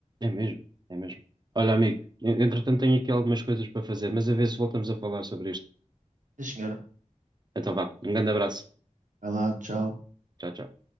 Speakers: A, on the right; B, on the right.
A: É mesmo, é mesmo. Olha, amigo, en- entretanto tenho aqui algumas coisas para fazer, mas a ver se voltamos a falar sobre este
B: Sim, senhora.
A: Então vá. Um grande abraço.
B: Vai lá, tchau.
A: Tchau, tchau.